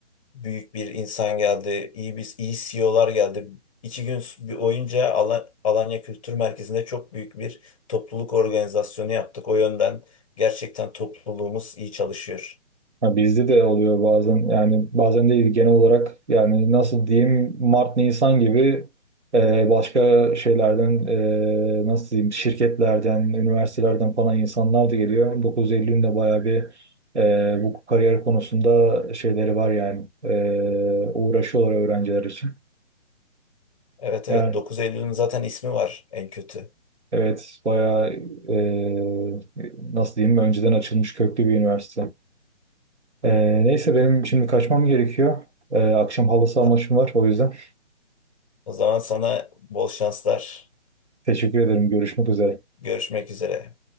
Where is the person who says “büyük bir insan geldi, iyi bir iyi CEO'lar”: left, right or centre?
Left